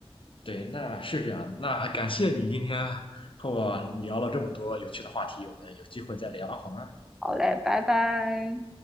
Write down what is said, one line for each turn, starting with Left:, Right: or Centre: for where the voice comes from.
Left: 对，那是这样。那感谢你今天和我聊了这么多有趣的话题，我们有机会再聊好吗？
Centre: 好嘞，拜拜。